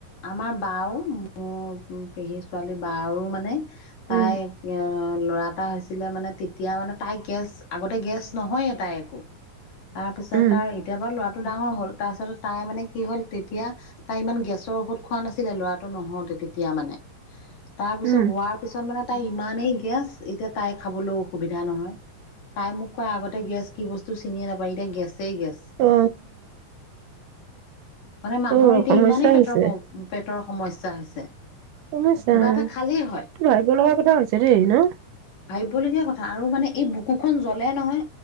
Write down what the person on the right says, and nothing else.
উম
উম
উম
অ
অ
সমস্যা
হৈছে
কমেছা
।
কিবা ভাববো লগা কথা হৈছে দেই ন'?